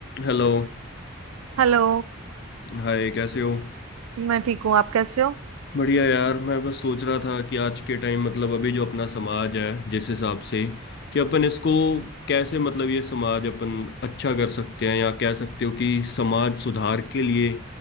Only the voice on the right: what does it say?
Hello
मैं ठीक हूँ आप कैसे हो